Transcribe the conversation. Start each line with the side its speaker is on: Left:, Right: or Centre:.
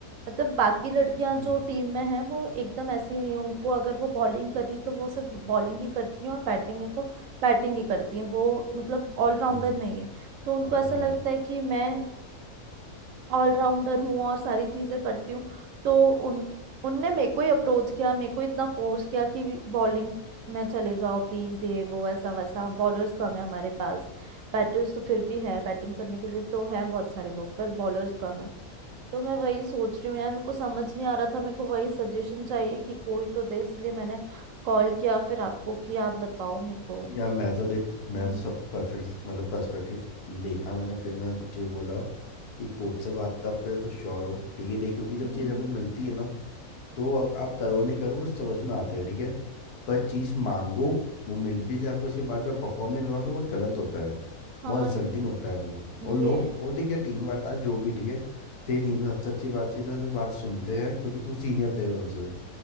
Right: मतलब बाकी लड़कियां
Left: हम्म
Right: जो टीम में हैं वो एकदम ऐसी नहीं है उनको अगर वो बॉलिंग कर रही तो वो सिर्फ बॉलिंग ही करती हैं और बैटिंग है तो बैटिंग ही करती हैं वो मतलब ऑलराउंडर
Left: हम्म
Right: नहीं है तो उनको
Left: हम्म
Right: ऐसा लगता है कि मैं ऑलराउंडर हूँ और सारी चीजें करती हूँ तो उन उनने मेरे को ही अप्रोच किया मेरे को इतना फोर्स किया कि बॉलिंग में चले जाओ प्लीज ये वो ऐसा वैसा बॉलर्स कम है हमारे पास बैटर्स तो फिर भी है बैटिंग करने के लिए तो है बहुत सारे लोग पर बॉलर्स कम है तो मैं वही सोच रही हूँ यार मेरे को समझ नहीं आ रहा था मेरे को वही सजेशन चाहिए कि कोई तो दे इसलिए मैंने कॉल किया फिर आपको कि आप बताओ मेरे को
Left: या मैं तो लाइक मैं
Right: हम्म
Left: तो सबको परफेक्ट मतलब पर्सपेक्टिव देखा मैंने फिर मैं तुझे बोला कि कोच से बात तो आप करें तो श्योर हो ठीक है देखियो कि जब
Right: हम्म
Left: चीज़
Right: हम्म,
Left: आपको मिलती है ना तो अग- आप करो नहीं करो उस समझ में आता है ठीक है पर चीज़ मांगो वो मिल भी जाए आपको उसके बाद भी आप परफॉर्म नहीं करो तो बहुत गलत होता है
Right: हाँ
Left: बहुत इंसल्टिंग होता है वो और लोग
Right: ये
Left: और देखिए टीम वाले आज जो भी
Right: हम्म
Left: ठीक है तेरी टीम में सबसे अच्छी बातचीत है तो बात सुनते हैं क्योंकि तू सीनियर प्लेयर है उनसे